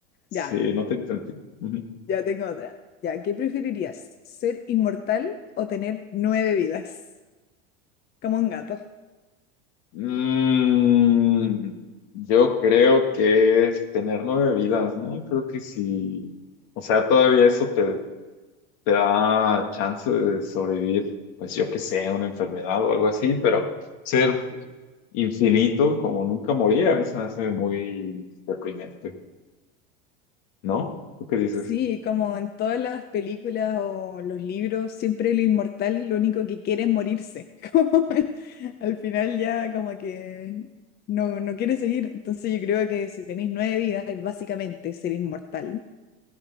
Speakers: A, on the left; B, on the left.
A: Sí,
B: Ya,
A: no te entendí. Ujú.
B: ya tengo otra. Ya, ¿qué preferirías? ¿Ser inmortal o tener nueve vidas? Como un gato.
A: Mm, yo creo que es tener nueve vidas, ¿no? Creo que sí. O sea, todavía eso te, te da chance de sobrevivir, pues yo que sé, a una enfermedad o algo así, pero ser infinito como nunca morir a mí se me hace muy deprimente, ¿no? ¿Tú qué dices?
B: Sí, como en todas las películas o los libros, siempre el inmortal lo único que quiere es morirse. <laughs> Como al final ya como que no, no quiere seguir. Entonces yo creo que si tenéis nueve vidas es básicamente ser inmortal.